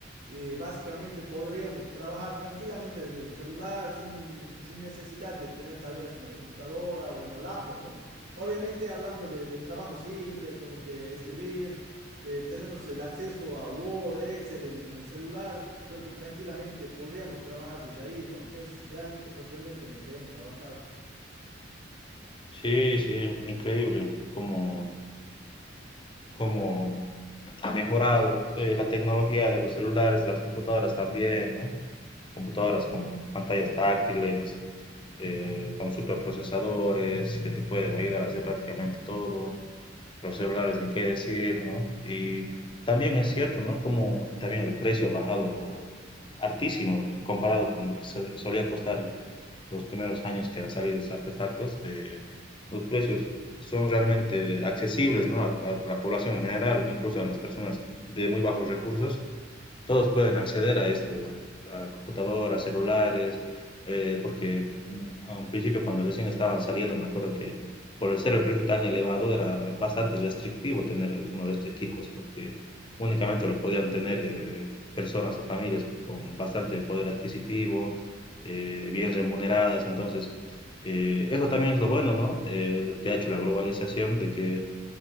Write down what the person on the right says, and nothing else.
eh, básicamente podríamos trabajar tranquilamente desde un celular sin, sin necesidad de tener tal vez una computadora o una laptop, ¿no? Obviamente hablando de, de trabajos simples como que escribir, eh, tenemos el acceso a Word, Excel en, en el celular, creo que tranquilamente podríamos trabajar desde ahí, ¿no? Es realmente sorprendente lo que hemos avanzado.